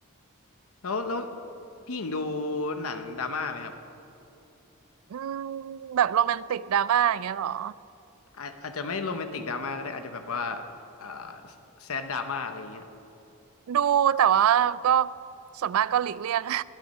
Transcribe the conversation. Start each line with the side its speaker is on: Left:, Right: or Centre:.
Left: แล้วแล้วพี่หญิงดูหนังดราม่าไหมครับ
Right: อืมแบบโรแมนติกดราม่าอย่างเงี้ยเหรอ
Left: อาอาจจะไม่โรแมนติกดราม่าก็ได้อาจจะแบบว่าอ่าแซดดราม่าอะไรเงี้ย
Right: ดูแต่ว่าก็ส่วนมากก็หลีกเลี่ยง